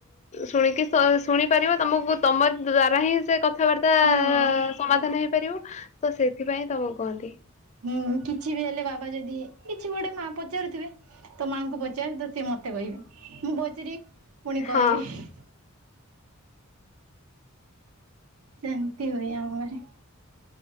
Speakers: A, on the left (about 30°); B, on the right (about 85°).
A: ଶୁଣିକି ତ ଶୁଣିପାରିବ, ତମକୁ ତମ ଦ୍ଵାରା ହିଁ ସେ କଥ କଥାବାର୍ତ୍ତା
B: ହଁ।
A: ସମାଧାନ ହେଇପାରିବ, ତ ସେଥିପାଇଁ ତମକୁ କୁହନ୍ତି।
B: ହୁଁ, କିଛି ବି ହେଲେ ବାବା ଯଦି କିଛି ବି ଗୋଟେ ମା ପଚାରୁଥିବେ, ତ ମାଙ୍କୁ ପଚାର ତ ସିଏ ମତେ ମତେ କହିବେ, ମୁଁ ପଚାରିବି ପୁଣି କହିବି
A: ହଁ
B: ସେନ୍ତି ହୁଏ ଆମ ଘରେ।